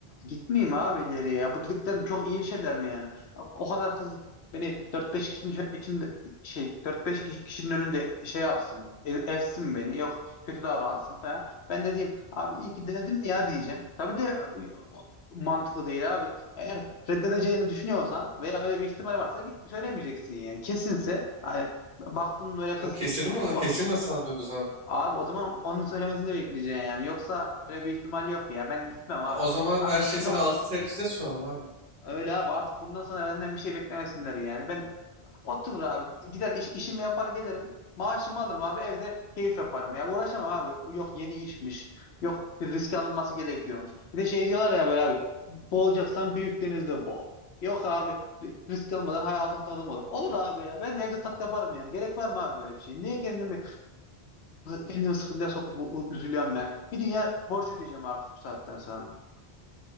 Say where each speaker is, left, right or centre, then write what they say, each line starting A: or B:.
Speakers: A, on the left; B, on the right.
A: Gitmeyeyim abi ileriye ya. Bu dediklerin çok iyi bir şeyler mi yani? O kadar kız beni dört beş kişinin içinde şey dört beş kişi- kişinin önünde şey yapsın. el- Ezsin beni. Yok kötü davransın falan. Ben de diyeyim abi iyi ki denedim mi ya diyeceğim. Tabii de o- mantıklı değil abi. Eğer reddedeceğini düşünüyorsan veya öyle bir ihtimal varsa git söylemeyeceksin yani. Kesinse hani baktın böyle kız
B: Ha, Kesin mi?
A: o
B: Kesin nasıl anlıyoruz abi?
A: Abi o zaman onun söylemesini bekleyeceksin yani. Yoksa öyle bir ihtimal yok ya. Ben gitmem abi.
B: O o zaman
A: Artık
B: her şey
A: bundan
B: sana altı tepside sunalım abi.
A: öyle abi. Artık bundan sonra benden bir şey beklemesinler yani. Ben oturur abi. Gider iş, işimi yapar gelirim. Maaşımı alırım abi. Evde keyif yaparım ya. Uğraşamam abi. Yok yeni işmiş. Yok bir risk alınması gerekiyormuş. Bir de şey diyorlar ya böyle abi. Boğulacaksan büyük denizde boğul. Yok abi risk almadan hayatın tadım olur. Olur abi ya. Ben evde tat yaparım yani. Gerek var mı abi böyle bir şey? Niye kendimi Kendimi sıkıntıya sokup u- üzülüyorum ben. Bir dünya borç ödeyeceğim artık bu saatten sonra.